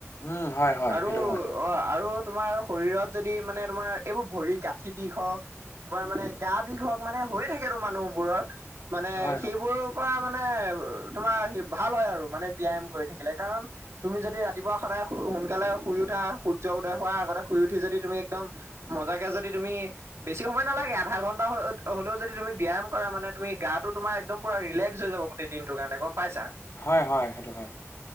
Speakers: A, on the left; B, on the right.
A: উম হয় হয়
B: আৰু
A: সেইটো
B: অ',
A: হয়
B: আৰু তোমাৰ শৰীৰত যদি মানে তোমাৰ এইবোৰ ভৰি গাঁথি বিষ হওঁক তোমাৰ মানে গা বিষ হওঁক, মানে হৈ থাকেতো মানুহবোৰৰ মানে
A: হয়
B: সেইবোৰৰো
A: হয়
B: পৰা তোমাৰ তোমাৰ সেই ভাল হয় আৰু মানে ব্যায়াম কৰি থাকিলে। কাৰণ তুমি যদি ৰাতিপুৱা সদায় সোনকালে শুই উঠা, সূৰ্য উদয় হোৱাৰ আগতে শুই উঠি যদি তুমি একদম সঁচাকে যদি তুমি, বেছি সময় নালাগে আধা ঘন্টা হ হ'লেও যদি তুমি ব্যায়াম কৰা মানে তুমি গাটো তোম একদম পুৰা ৰিলেক্স হৈ যাব গোটেই দিনটো। টো কাৰণে গ'ম পাইছা।
A: হয় হয় সেইটো হয়